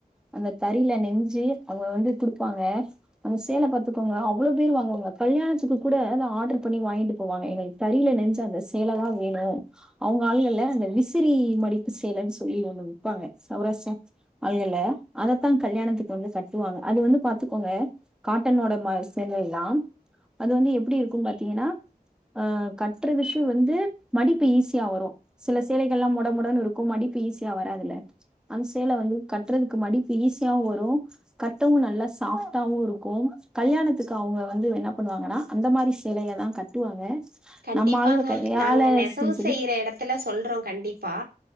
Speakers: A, in the centre; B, on the right (about 85°).
A: அந்த தறில நெஞ்சு அவங்க வந்து குடுப்பாங்க அந்த சேல பாத்துக்கோங்க அவ்ளோ பேரு வாங்குவாங்க கல்யாணத்துக்கு கூட அத ஆர்டர் பண்ணி வாங்கிட்டு போவாங்க எங்களுக் தறில நெஞ்ச அந்த சேல தா வேணு அவுங்க ஆளுகள்ல அந்த விசிறி மடிப்பு சேலன் சொல்லி ஒண்ணு விப்பாங்க சௌராஷ்டா அளுகல்ல அதத்தா கல்யாணத்துக்கு வந்து கட்டுவாங்க அது வந்து பாத்துக்கோங்க காட்டனோட ம சேந்ததது தா அது வந்து எப்டி இருக்குன் பாத்தீங்கனா ஆ கட்றதுக்கு வந்து மடிப்பு ஈஸியா வரு சில சேலைகள்லா மொட மொடன் இருக்கு மடிப்பு ஈஸியா வராதுல்ல அந்த சேல வந்து கட்றதுக் க்கு மடிப்பு ஈஸியாவு வரும் கட்டவு நல்லா சாஃப்டாவு இருக்கு கல்யாணத்துக்கு அவங்க வந்து என்ன பண்ணுவாங்கனா அந்த மாரி சேலைய தா கட்டுவாங்க
B: கண்டிப்பாங்க
A: நம்ம ஆளுக கையால
B: நாங்க நெசவு
A: செஞ்சது
B: செய்யற எடத் துல சொல்றோ கண்டிப்பா